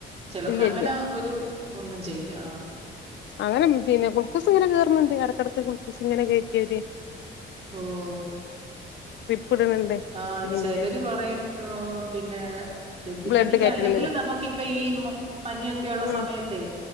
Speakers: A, on the right; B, on the left.
A: ചിലർക്ക്
B: ഇല്ല
A: അങ്ങനെ
B: ഇല്ല
A: ഒരു ഒന്നും ചെയ്ത ആ
B: അവര് പിന്നെ ക്ലൂക്കൂസ് ഇങ്ങനെ കേയറുന്നുണ്ട് ഇടക്ക് ഇടക്ക് ക്ലൂക്കൂസ് ഇങ്ങനെ കയറ്റി കയറ്റി
A: ആഹ്
B: ട്രിപ്പ് ഇടുന്നുണ്ട്
A: ആ
B: പിന്നെ
A: ചിലര് പറയും ആ പിന്നെ ഡെങ്കിപ്പനിക്ക്
B: ബ്ലഡ് കയറ്റണന്നില്ലേ
A: അല്ലെങ്കിലും നമുക്കിപ്പ ഈ പനിയൊക്കെ ഉള്ള
B: ഉം
A: സമയത്തേ